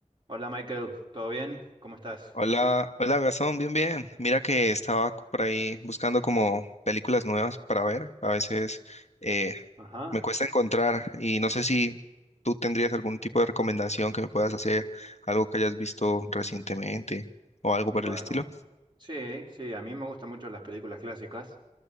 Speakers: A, on the right (about 40°); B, on the left (about 65°).
A: Hola Michael, ¿todo bien? ¿Cómo estás?
B: Hola, hola Gastón, bien, bien. Mira que estaba c- por ahí buscando como películas nuevas para ver. A veces eh,
A: Ajá,
B: me cuesta encontrar y no sé si tú tendrías algún tipo de recomendación que me puedas hacer, algo que hayas visto recientemente o algo
A: Bueno,
B: por el estilo.
A: sí, sí, a mí me gustan mucho las películas clásicas.